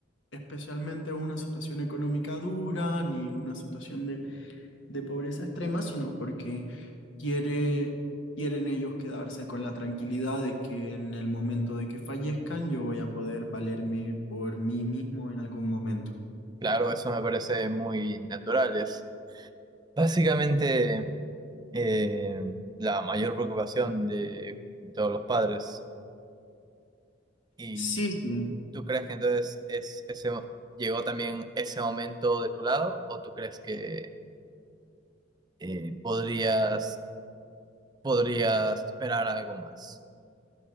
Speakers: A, on the left (about 80°); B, on the right (about 20°).
A: especialmente una situación económica dura ni una situación de de pobreza extrema, sino porque quiere, quieren ellos quedarse con la tranquilidad de que en el momento de que fallezcan yo voy a poder valerme por mí mismo en algún momento.
B: Claro, eso me parece muy natural. Es básicamente eh, la mayor preocupación de todos los padres. ¿Y
A: Sí, sí.
B: tú crees que entonces es ese llegó también ese momento de tu lado o tú crees que eh, podrías podrías esperar algo más?